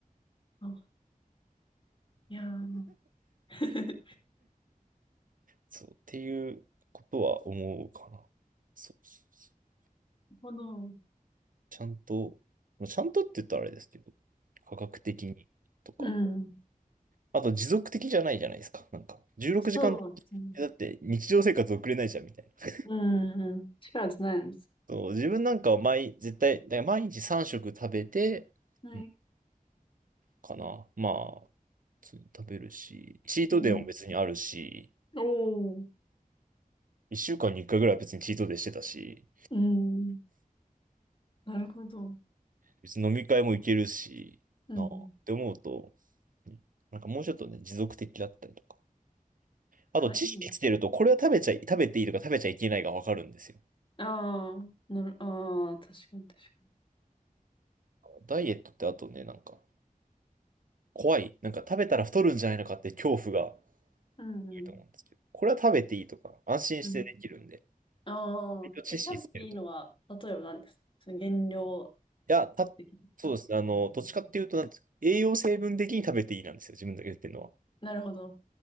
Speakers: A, on the left; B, on the right.
A: あ、いやー。<laughs> な
B: そう、っていうことは思うかな。そうそうそう。
A: るほど。
B: ちゃんと、まあちゃんとって言ったらあれですけど、科学的にとか、
A: うん。
B: あと持続的じゃないじゃないですか。なんか、16時間だって日常生活送れないじゃんみたいな。
A: そうですね。うん。うん。力じゃないんです。
B: そう、自分なんかは毎、絶対、だから毎日3食食べて、
A: はい。
B: うんかな。まあ、普通に食べるし、チートデイも別にあるし、
A: うん。おー。
B: 1週間に1回ぐらいは別にチートデイしてたし、
A: うん。なるほど。
B: 別に飲み会も行けるし、
A: うん。
B: なあって思うと、ねなんかもうちょっとね、持続的だったりとか。あと、
A: はい。
B: 知識つけると、これは食べちゃい、食べていいとか食べちゃいけないがわかるんですよ。
A: ああ、なる、ああ、確かに確
B: ダイエットってあとね、なんか、怖い。なんか食べたら太るんじゃないのかって恐怖が多
A: かに。うんうん
B: いと思うんですけど、これは食べていいとか、安心してできるんで、
A: うん。ああ、
B: 割と知識つけると。
A: え、食べていいのは、
B: い
A: 例えば何ですかその減量
B: や、た、
A: 的だったら
B: そうですね、あの、どっちかっていうと、なんですか、栄養成分的に食べていいなんですよ、自分だけ言ってるのは。
A: なるほど。